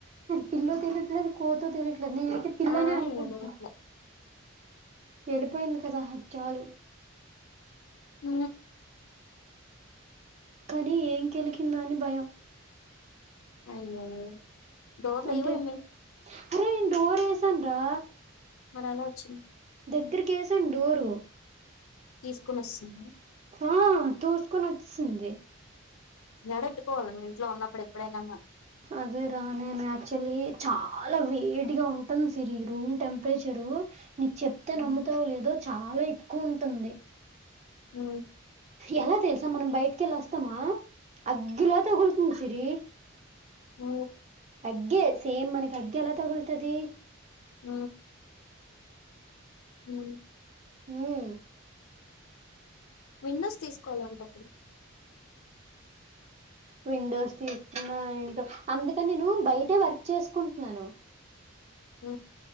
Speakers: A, on the right; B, on the left.
A: పిల్ల తెలీట్లేదు కోతో తెలియట్లేదు నేనైతే పిల్లనే
B: ఆ
A: అనుకుంటున్నాను
B: ఏదో అట్లా
A: వెళ్ళిపోయింది కదా ఆది చాలు
B: ఉ
A: కానీ ఏం కెలికింద అని భయం
B: అయ్యో డోర్ లేవ
A: అంటే
B: ఏమి
A: అరే నేను డోర్ ఎసను రా
B: మరి ఎలా వచ్చింది
A: దగ్గరకేసను డోర్
B: తీసుకొని వస్తుందా.
A: ఆహ్ తోసుకొని వచ్చస్తుంది
B: గేడెట్టుకోవాలి నువ్వు ఇంట్లో ఉన్నప్పుడు ఎప్పుడైనా
A: అదే రా నేను యాక్చువల్లీ చాలా వేడిగా ఉంటాను సిరి రూమ్ టెంపరేచరు నీకు చెప్తే
B: ఉమ్,
A: నమ్ముతావు లేదో చాలా ఎక్కువ ఉంటుంది.
B: హ
A: ఎలా తెలుసా మనం బయటికిెళ్ళ వస్తామా అగ్గిలా తగులుతుంది సిరి
B: ఊ
A: అగ్గే సేమ్ మనకి అగ్గి ఎలా తగల్తది
B: హ హు
A: హమ్
B: విండోస్ తీసుకోవాలంటప్పుడు.
A: విండోస్ తీసుకున్నా ఏంటో అందుకని నేను బయటే వర్క్ చేసుకుంటున్నాను
B: హ